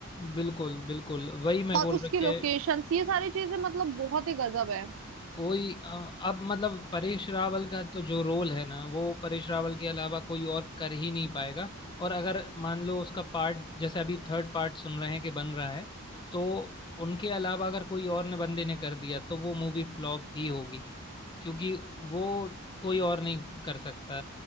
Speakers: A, on the left; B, on the right.
A: बिल्कुल बिल्कुल वही मैं
B: और
A: बोल
B: उसकी
A: रखे
B: लोकेशन ये सारी चीजें मतलब बहुत ही गजब है
A: कोई अ, अब मतलब परेश रावल का तो जो रोल है ना वो परेश रावल के अलावा कोई और कर ही नहीं पाएगा और अगर मान लो उसका पार्ट जैसे अभी थर्ड पार्ट सुन रहे हैं कि बन रहा है तो उनके अलावा अगर कोई और ने बंदे ने कर दिया तो वो मूवी फ्लॉप ही होगी क्योंकि वो कोई और नहीं कर सकता